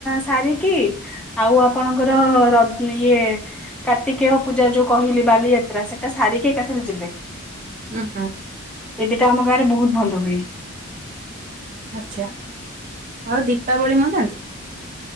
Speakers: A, in the centre; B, on the right (about 40°).
A: ସାରିକି। ଆଉ ଆପଣଙ୍କର ରଜ ଇଏ କାର୍ତ୍ତିକେୟ ପୂଜା ଯୋଉ କହିଲି ବାଲିଯାତ୍ରା। ସେଟା ସାରିକି ଏକାଥରେ ଯିବେ।
B: ଓହୋ।
A: ଏଦି ଟା ଆମ ଗାଁ ରେ ବହୁତ ଭଲ ହୁଏ।
B: ଆଚ୍ଛା। ଆଉ ଦୀପାବଳି ମନାନ୍ତି?